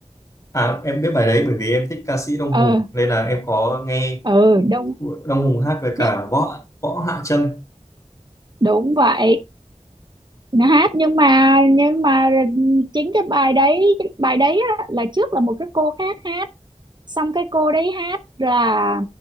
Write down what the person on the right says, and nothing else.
ờ
ừ, đúng
nhớ-
đúng vậy Nó hát nhưng mà nhưng mà chính cái bài đấy cái bài đấy á, là trước là một cái cô khác hát xong cái cô đấy hát là